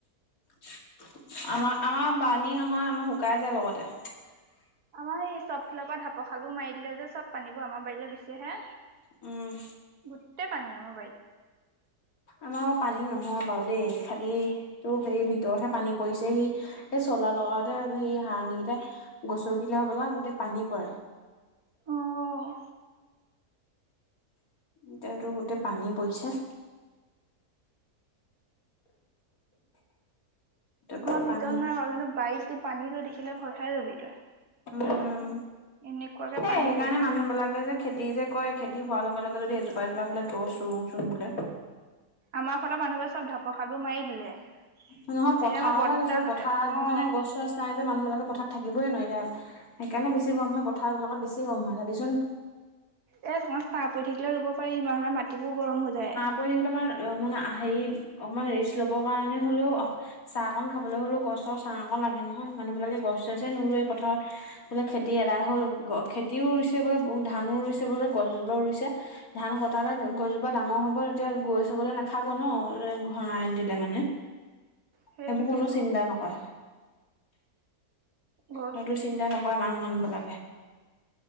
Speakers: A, on the left; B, on the right.
A: আমাৰ, আমাৰ পানী নহয়, আমাৰ শুকাই যায় লগতে।
B: আমাৰ সেই চব ফালৰপৰা ঢাপৰ খালবোৰ মাৰি দিলে যে, চব পানীবোৰ আমাৰ বাৰীলে গুচি আহে।
A: উম।
B: গোটেই পানী আমাৰ বাৰীত।
A: আমাৰ আৰু পানী নহয় বাৰু দেই, খালি তো হেই ভিতৰতহে পানী পৰিছে হি। এই চলাৰ লগাওঁতে হেৰি <unintelligible> গিতাই গছকিলে হ'বলা, গোটেই পানী পৰে।
B: অ',।
A: এতিয়া তোৰ গোটেই পানী পৰিছে। গোটেই
B: আমাৰ ভিতৰত
A: পানী
B: নাই বাৰু, কিন্তু বাৰীতো পানীটো দেখিলে ভয় খাই যাবি তই।
A: উম,
B: এনেকুৱাকে
A: এ
B: পানী
A: সেইকাৰণে
B: পৰি
A: মানুহবিলাকে যে খেতি যে কৰে, খেতি হোৱাৰ লগে-লগে যদি এজোপা এজোপা বোলে গছ ৰুওঁ চোন বোলে।
B: আমাৰ ফালৰ মানুহবোৰে চব ঢাপৰ খালবোৰ মাৰি দিলে।
A: নহয়, পথাৰ
B: এনে আমাৰ
A: কথা
B: বৰ্তাহঁতে
A: কৈছো। পথাৰত
B: অ'।
A: মানে গছ চছ নাই যে, মানুহবিলাকে পথাৰত থাকিবই নোৱাৰে এতিয়া। সেইকাৰণে বেছি গৰম হয়, পথাৰবিলাকত বেছি গৰম হয়, চাবিচোন।
B: এই অকমান ছাঁ পৰি থাকিলে ৰুব পাৰি, নহ'লে মাটিবোৰ গৰম হৈ যায়।
A: কৈ থাকিলে আমাৰ মানে আহে হেৰি অকমান ৰেষ্ট ল'বৰ কাৰণে হ'লেও চাহ অকণ খাবলৈ হ'লেও, গছৰ ছাঁ অকণ লাগে, নহয়। মানুহবিলাকে গছ চছৱে নুৰুৱে পথাৰত। বোলে খেতি আদাই হ'ল, খেতিও ৰুইছে বোলে, ব ধানো ৰুইছে বোলে, গছ জোপাও ৰুইছে ধান কটালে গছজোপা ডাঙৰ হ'ব, তেতিয়া গৰু-ছাগলী নাখাব ন, এ ঘৰ <unintelligible> মানে,
B: সেইটো
A: সেইবোৰ কোনো
B: সেইটো
A: চিন্তা নকৰে।
B: গছ
A: সেইতো চিন্তা নকৰে মা- মানুহবিলাকে।